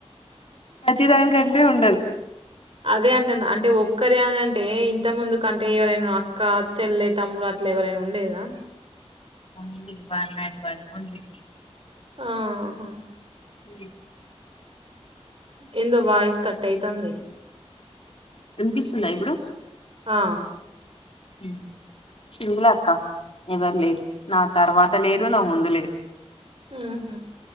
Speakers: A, on the left; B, on the right.
A: ప్రతి దానిక కిందే ఉండదు
B: అదే అంటన్న అంటే ఒక్కరే అని అంటివే ఇంత ముందుకు అంటే ఎవరైనా అక్క చెల్లె తమ్ముడు అట్లా ఎవరైనా ఉండేదా
A: ఉంది మా మమ్మీ <unintelligible> ఉంది
B: ఆహా
A: ఉంది
B: ఎందొ వాయిస్ కట్ అయితాంది
A: వినిపిస్తుందా ఇప్పుడు
B: ఆ
A: మ్మ్ ఎవరు లేరు నా తర్వాత లేరు నా ముందు లేరు
B: ఉహు